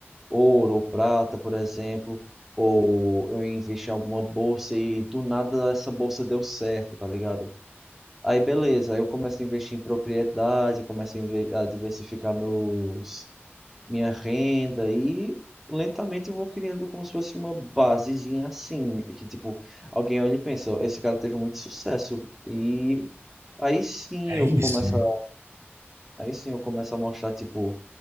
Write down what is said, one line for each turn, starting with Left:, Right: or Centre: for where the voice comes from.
Centre: ouro ou prata, por exemplo. Ou eu invisto em alguma bolsa e do nada essa bolsa deu certo, tá ligado? Aí beleza, aí eu começo a investir em propriedade, começo a, inve- a diversificar meus minha renda e lentamente eu vou criando como se fosse uma basezinha assim, que tipo, alguém olha e pensa, "Ó, esse cara teve muito sucesso e aí sim
Right: É
Centre: eu
Right: isso,
Centre: começo
Right: né?
Centre: a, aí sim eu começo a mostrar tipo,